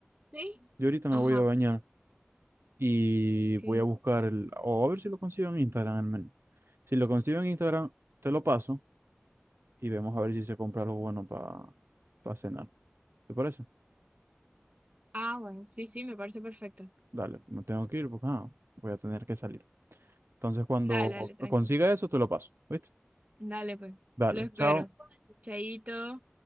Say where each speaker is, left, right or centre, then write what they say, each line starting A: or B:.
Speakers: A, on the right; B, on the right.
A: ¿sí?
B: Yo ahorita me
A: Ajá,
B: voy a bañar y
A: ok.
B: voy a buscar el, o a ver si lo consigo en Instagram el menú. Si lo consigo en Instagram, te lo paso y vemos a ver si se compra algo bueno para cenar. ¿Te parece?
A: Ah, bueno, sí, sí, me parece perfecto.
B: Dale, me tengo que ir porque ah, voy a tener que salir. Entonces, cuando
A: Dale, dale, tranquilo.
B: consiga eso, te lo paso, ¿viste?
A: Dale, pues.
B: Dale,
A: Lo espero.
B: chao.
A: Chaito.